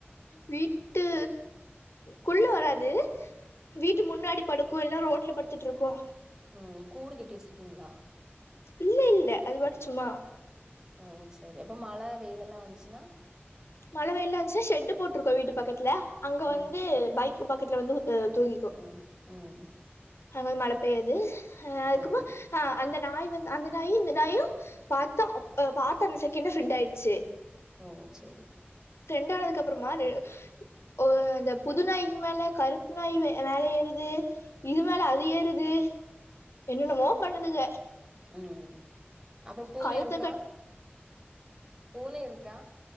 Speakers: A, on the left; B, on the right.
A: வீட்டு குள்ள வராது வீட்டு முன்னாடி படுக்கு இல்னா ரோட்ல படுத்துட்ருக்கு
B: ம் கூடு கட்டி வச்சிர்க்கீங்ளா
A: இல்ல இல்ல அது பாட்டுக் சும்மா
B: ஓ சரி அப்ப மழ வெயில் எல்லா வந்துச்சுன்னா
A: மழ வெயிலாந்ச்சா ஷெட்டு போட்ருக்கோ வீட்டு பக்கத்துல அங்க
B: ம்
A: வந்து பைக் பக்கத்துல வந்து அ தூங்கி
B: ம் ம்
A: அங் வந் மழ பெய்யாது ஹ அதுக்கபோ
B: ம்
A: ஆ அந்த நாய் வந்த் அந்த நாயி இந்த நாயு பாத்தா அப் அ பாத்த அந்த செகண்டே ஃப்ரெண்ட் ஆயிர்ச்சே
B: ஓ ச்சரி
A: ஃப்ரெண்டானதுக்கப்றமா ரெ உ அந்த புதுநாய்க் மேல கருப்பு நாய் வே வேல ஏறுது இது மேல அது ஏறுது என்னன்னமோ பண்ணுதுக
B: ம் அப்ப பூனை
A: கழுத்த
B: இருக்கா
A: கட்
B: பூனை இருக்கா